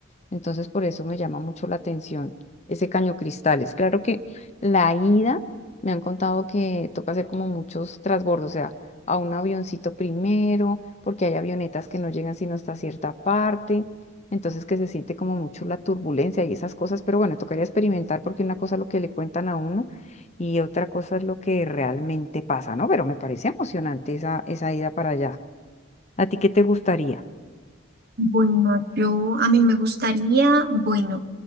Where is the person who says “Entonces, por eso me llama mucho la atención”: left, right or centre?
Left